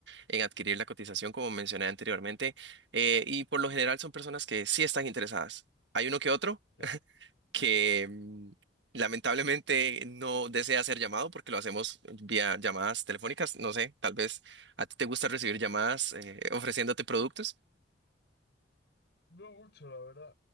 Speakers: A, on the right (about 70°); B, on the left (about 65°).
A: en adquirir la cotización, como mencioné anteriormente, eh, y por lo general son personas que sí están interesadas. Hay uno que otro
B: Claro.
A: que mm, lamentablemente no desea ser llamado porque lo hacemos vía llamadas telefónicas. No sé, tal vez a ti te gusta recibir llamadas eh, ofreciéndote productos.
B: No mucho, la verdad.